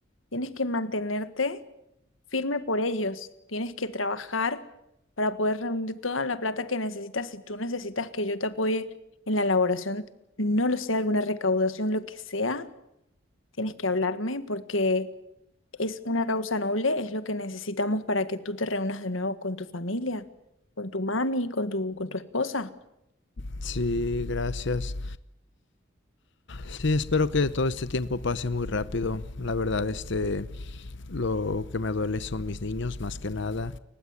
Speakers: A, on the left; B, on the left.
A: tienes que mantenerte firme por ellos. Tienes que trabajar para poder reunir toda la plata que necesitas. Si tú necesitas que yo te apoye en la elaboración, no lo sé, alguna recaudación, lo que sea, tienes que hablarme porque es una causa noble, es lo que necesitamos para que tú te reúnas de nuevo con tu familia, con tu mami, con tu, con tu esposa.
B: Sí, gracias. Sí, espero que todo este tiempo pase muy rápido. La verdad, este, lo que me duele son mis niños, más que nada.